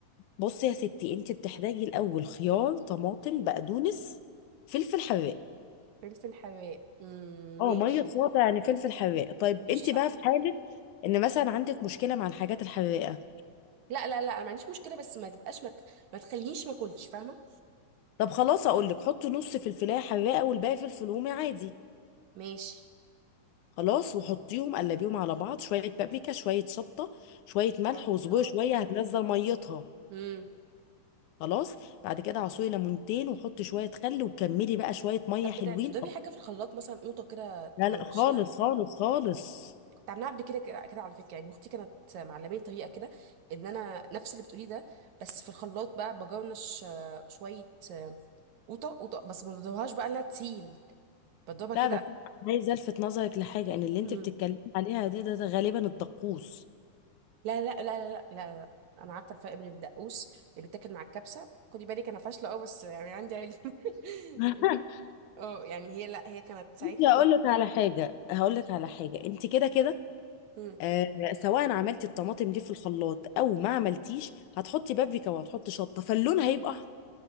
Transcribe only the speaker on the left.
بصي يا ستي انت بتحتاجي الاول خيار طماطم بقدونس فلفل حراق
اه
ميه صوابع يعني فلفل حراق طيب
انت
بقى في حاله ان مثلا عندك مشكله مع الحاجات الحراقه
طب خلاص اقول لك حطي نص فلفلايه حراقه والباقي فلفل رومي عادي
خلاص وحطيهم قلبيهم على بعض شويه بابريكا شويه شطه شويه ملح
وزبوع شويه هتنزل ميتها
خلاص بعد كده عصري ليمونتين وحطي شويه خل وكملي بقى شويه ميه
حلوين
لا
لا خالص خالص خالص
لا بس عايزه الفت نظرك لحاجه ان اللي انت
بتتكلمي عليها دي ده, ده غالبا الدقوس
<laughs>
بصي هقول
لك على حاجه هقول لك على حاجه انت كده كده
آه سواء عملتي الطماطم دي في الخلاط او ما عملتيش هتحطي بابريكا وهتحطي شطه فاللون هيبقى احمر